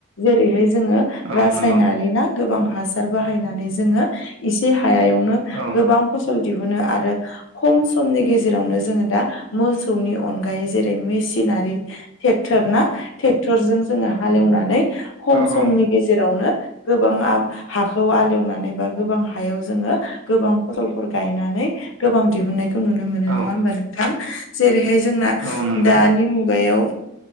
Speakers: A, on the left; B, on the right.
A: जेरैहाय जोङो
B: औ
A: रासायनारि
B: नंगौ
A: ना गोबां हासार बाहायनानै जोङो एसे हायावनो
B: औ
A: गोबां फसल दिहुनो आरो खम समनि गेजेरावनो जोङो दा मोसौनि अनगायै जेरै मेसिनारि ट्रेक्टर ना ट्रेक्टर जों जोङो हालेवनानै खम
B: औ औ
A: समनि गेजेरावनो गोबां हाखौ आलेवनानै बा गोबां हायाव जोङो गोबां फसलफोर गायनानै गोबां दिहुननाय खौ नुनो मोनो नंङा
B: औ
A: होमबा नोंथां जेरैहाय जोंना
B: औ नंगौ
A: दानि मुगायाव